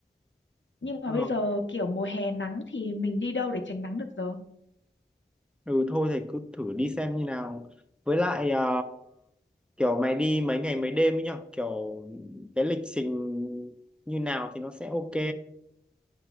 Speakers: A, on the left (about 80°); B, in the centre.
A: nhưng mà
B: Ờ.
A: bây giờ kiểu mùa hè nắng thì mình đi đâu để tránh nắng được giờ
B: ừ thôi thì cứ thử đi xem như nào với lại ờ, kiểu mày đi mấy ngày mấy đêm ấy nhở kiểu cái lịch trình như nào thì nó sẽ ok